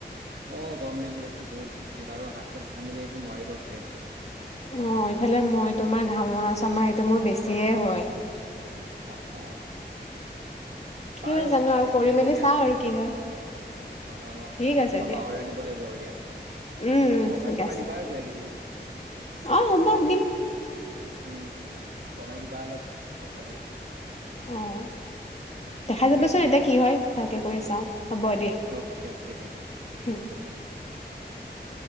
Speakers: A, on the right (about 70°); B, on the left (about 35°).
A: অ' গৰম দিনকেইটা টো বহুত অশান্তি আৰু হাত-চাত ঘামিলে এইবোৰ নোৱাৰিবাও চাগে। কৰিবলৈ
B: অ' ইফালে মই তোমাৰ ঘামৰা-চামৰা সেইটো মোৰ বেছিয়ে হয়।
A: অ' অ।
B: কি
A: বাৰু
B: হয় জানো আৰু
A: ঠিকে
B: কৰি
A: আছে
B: মেলি
A: দিয়া
B: চাওঁ আৰু কি হয়,
A: অ অ
B: ঠিক
A: ময়ো
B: আছে
A: তোমাৰ
B: দিয়া।
A: পৰা অৰ্ডাৰ দিব লাগিব আৰু দিয়া
B: উম, উম
A: মোক অফাৰ
B: ঠিক
A: চফাৰ
B: আছে।
A: দিবা আৰু কিবা কিবি
B: অ' হ'ব দিম।
A: উম, কমাই দিবা অলপ, পইচাবোৰ।
B: অ'।
A: হা
B: দেখা
A: ঠিকে
B: যাব
A: আছে
B: চোন
A: দিয়া
B: এতিয়া কি হয়? ভালকে কৰি চাওঁ, হ'ব দিয়া।
A: অ'কে অ'কে দিয়া
B: <unintelligible>